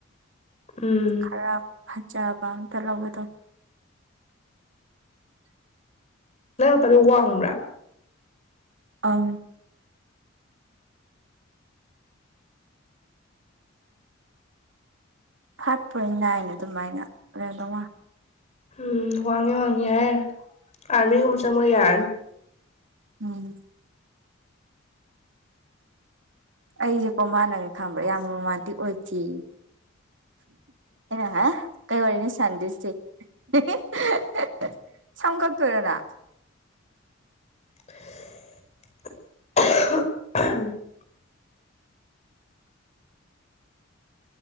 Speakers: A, on the left; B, on the right.
A: ꯎꯝ
B: ꯈꯔ ꯐꯖꯞ ꯀꯋꯥ ꯑꯃꯇ ꯂꯧꯒꯦ ꯇꯧꯅꯤ
A: <unintelligible> ꯋꯥꯡꯕ꯭ꯔꯥ
B: ꯑꯪ ꯐꯥꯏꯚ ꯄꯣꯏꯟ ꯅꯥꯏꯟ ꯑꯗꯨꯃꯥꯏꯅ ꯂꯩꯔꯝꯗꯧ ꯃꯥꯜꯂꯦ
A: ꯎꯝ ꯋꯥꯡꯉꯦ ꯋꯥꯉꯦ ꯌꯥꯔꯦ ꯌꯥꯔ ꯑꯥꯔꯃꯤꯒꯨꯝꯕ ꯆꯪꯕ ꯌꯥꯔꯅꯤ
B: ꯎꯝ ꯑꯩꯖꯦꯀꯣ ꯃꯥꯟꯅꯅꯦ ꯈꯪꯕ꯭ꯔꯥ ꯌꯥꯝ ꯔꯣꯃꯥꯟꯇꯤꯛ ꯑꯣꯏꯗꯦꯌꯦ ꯑꯩꯅ ꯍꯥ ꯀꯩ ꯋꯥꯔꯤꯅꯣ ꯁꯥꯟꯅꯗꯣꯏꯁꯦ <unintelligible> ꯁꯝ ꯀꯛ ꯇꯣꯏꯔꯣ ꯅꯪ
A: <inaudible>